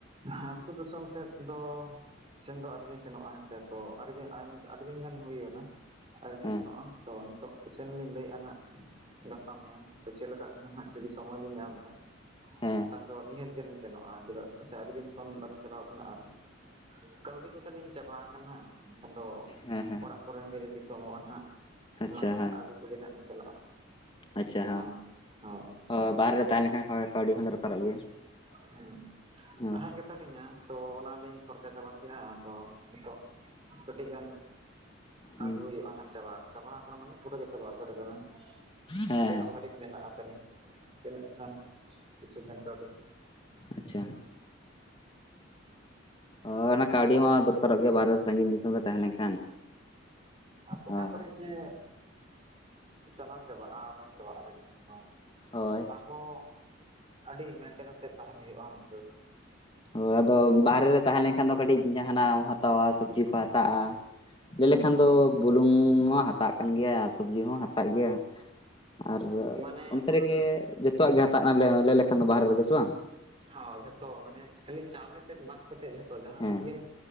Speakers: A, on the right (about 30°); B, on the left (about 25°).
A: ᱦᱟᱸ ᱟᱹᱛᱩ ᱫᱤᱥᱚᱢ ᱥᱮᱫ ᱫᱚ ᱥᱮᱱ ᱫᱚ ᱟᱹᱨᱤ ᱞᱤᱧ ᱥᱮᱱᱚᱜᱼᱟ ᱦᱮᱸ‌ᱥᱮ ᱛᱚ ᱟᱹᱰᱤ ᱫᱤᱱ ᱟᱭᱢᱟ ᱟᱹᱰᱤ ᱫᱤᱱ ᱜᱟᱱ ᱦᱩᱭᱱᱟ᱾ ᱟᱹᱨᱤ ᱞᱤᱧ
B: ᱦᱮᱸ
A: ᱥᱮᱱᱚᱜᱼᱟ ᱛᱚ ᱱᱤᱛᱚᱜ ᱥᱮᱱᱞᱤᱧ ᱞᱟᱹᱭᱮᱫᱼᱟ ᱦᱟᱸᱜ ᱜᱟᱯᱟ ᱢᱮᱭᱟᱝ ᱛᱚ ᱪᱮᱫ ᱞᱮᱠᱟᱜ ᱠᱟᱱᱟ ᱦᱟᱸᱜ ᱡᱩᱫᱤ ᱥᱚᱢᱚᱭ ᱞᱤᱧ ᱧᱟᱢᱮᱫᱼᱟ᱾
B: ᱦᱮᱸ
A: ᱮᱱᱠᱷᱟᱱ ᱫᱚ ᱱᱤᱦᱟᱹᱛ ᱜᱮᱞᱤᱧ ᱥᱮᱱᱚᱜᱼᱟ ᱪᱮᱫᱟᱜ ᱥᱮ ᱟᱹᱰᱤ ᱫᱤᱱ ᱠᱷᱚᱱ ᱵᱟᱞᱤᱧ ᱪᱟᱞᱟᱣ ᱠᱟᱱᱟ ᱟᱨ ᱠᱟᱹᱣᱰᱤ ᱠᱚᱛᱟ ᱞᱤᱧ ᱪᱟᱵᱟ ᱟᱠᱟᱱᱟ᱾ ᱟᱫᱚ ᱫᱚ
B: ᱦᱮᱸ ᱦᱮᱸ
A: ᱚᱲᱟᱜ ᱠᱚᱨᱮᱱ ᱜᱮ ᱡᱩᱫᱤ ᱠᱚ ᱮᱢᱚᱜᱼᱟ ᱱᱟᱦᱟᱸᱜ
B: ᱟᱪᱪᱷᱟ
A: ᱚᱱᱟ ᱜᱤ
B: ᱦᱮᱸ
A: ᱟᱹᱜᱩ ᱠᱚᱜᱮ ᱱᱟᱸᱜ ᱞᱮ ᱪᱟᱞᱟᱜᱼᱟ
B: ᱟᱪᱪᱷᱟ
A: ᱦᱮᱸ ᱦᱳᱭ
B: ᱦᱚ ᱵᱟᱦᱨᱮ ᱨᱮ ᱛᱟᱦᱮᱸ ᱞᱮᱱᱠᱷᱟᱱ ᱦᱚᱸ ᱠᱟᱹᱣᱰᱤ ᱦᱚᱸ ᱫᱚᱨᱠᱟᱨᱚᱜ ᱜᱮᱭᱟ
A: ᱦᱮᱸ
B: ᱦᱚᱸ
A: ᱛᱟᱦᱮᱸᱡ ᱜᱮᱛᱟ ᱞᱤᱧᱟ ᱛᱚ ᱚᱱᱟᱞᱤᱧ ᱠᱷᱚᱨᱪᱟ ᱪᱟᱵᱟ ᱠᱮᱫᱼᱟ ᱛᱚ ᱱᱤᱛᱚᱜ ᱠᱟᱹᱴᱤᱡ ᱜᱟᱱ
B: ᱦᱩᱸ
A: ᱟᱹᱜᱩ ᱦᱩᱭᱩᱜᱼᱟ ᱦᱟᱜ ᱪᱟᱵᱟ ᱪᱟᱵᱟ ᱟᱠᱟᱱᱟ ᱢᱟᱱᱮ ᱯᱩᱨᱟᱹ ᱜᱮ ᱪᱟᱵᱟ ᱩᱛᱟᱹᱨ ᱟᱠᱟᱱᱟ
B: ᱦᱮᱸ
A: ᱥᱮᱱᱚᱜ
B: ᱦᱮᱸ
A: ᱦᱟᱹᱨᱤᱡ ᱢᱮᱱᱟᱜᱼᱟ ᱛᱟᱞᱤᱧ ᱛᱚ ᱛᱤᱱᱟᱹᱜ ᱜᱟᱱ ᱠᱤᱪᱷᱩ ᱜᱟᱱ ᱠᱟᱹᱣᱰᱤ ᱟᱹᱜᱩ
B: ᱟᱪᱟ
A: ᱦᱩᱭᱩᱜᱼᱟ
B: ᱦᱚ ᱚᱱᱟ ᱠᱟᱹᱣᱰᱤ ᱢᱟ ᱫᱚᱨᱠᱟᱨᱚᱜ ᱜᱮᱭᱟ ᱵᱟᱦᱨᱮ ᱥᱟᱺᱜᱤᱧ ᱫᱤᱥᱚᱢ ᱨᱮ ᱛᱟᱦᱮᱸ ᱞᱮᱱᱠᱷᱟᱱ
A: ᱟᱨ ᱚᱠᱟ
B: ᱦᱳᱭ
A: ᱠᱚᱨᱮᱫ ᱡᱮ ᱪᱟᱞᱟᱣ ᱪᱟᱵᱟᱜᱼᱟ ᱚᱴᱟᱝ ᱪᱟᱵᱟᱜᱼᱟ ᱞᱟᱹᱭ ᱞᱮᱠᱷᱟᱱ ᱫᱚ
B: ᱦᱳᱭ
A: ᱛᱟᱣ ᱦᱚᱸ ᱟᱹᱰᱤ ᱢᱮᱱᱴᱮᱱ ᱠᱟᱛᱮᱫ ᱛᱟᱦᱮᱱ ᱦᱩᱭᱩᱜᱼᱟ ᱱᱚᱛᱮ
B: ᱦᱳᱭ ᱟᱫᱚ
A: ᱪᱤᱠᱟᱹᱭᱟᱢ
B: ᱵᱟᱦᱨᱮ ᱨᱮ ᱛᱟᱦᱮᱸ ᱞᱮᱱᱠᱷᱟᱱ ᱫᱚ ᱠᱟᱹᱴᱤᱡ ᱡᱟᱦᱟᱱᱟᱜ ᱮᱢ ᱦᱟᱛᱟᱣᱟ ᱥᱚᱵᱽᱡᱤ ᱠᱚ ᱦᱟᱛᱟᱜᱼᱟ ᱞᱟᱹᱭ
A: ᱦᱩᱸ
B: ᱞᱮᱠᱷᱟᱱ ᱫᱚ ᱵᱩᱞᱩᱝ ᱢᱟ ᱦᱟᱛᱟᱜ ᱠᱟᱱ ᱜᱮᱭᱟ ᱥᱚᱵᱽᱡᱤ ᱦᱚᱸ ᱦᱟᱛᱟᱜ ᱜᱮᱭᱟ ᱟᱨ
A: ᱢᱟᱱᱮ
B: ᱚᱱᱛᱮ ᱨᱮᱜᱮ ᱡᱚᱛᱚᱣᱟᱜ ᱜᱮ ᱦᱟᱛᱟᱣᱼᱟ ᱞᱟᱹᱭ ᱞᱮᱠᱷᱟᱱ ᱫᱚ ᱵᱟᱦᱨᱮ ᱨᱮᱜᱮ ᱥᱮ ᱵᱟᱝ
A: ᱦᱚ ᱡᱷᱚᱛᱚ ᱢᱟᱱᱮ ᱠᱷᱟᱹᱞᱤ ᱪᱟᱣᱞᱮ ᱛᱮᱫ ᱵᱟᱫ ᱠᱟᱛᱮᱫ ᱡᱷᱚᱛᱚ ᱡᱟᱦᱟᱱᱟᱜ
B: ᱦᱮᱸ
A: ᱜᱮᱢ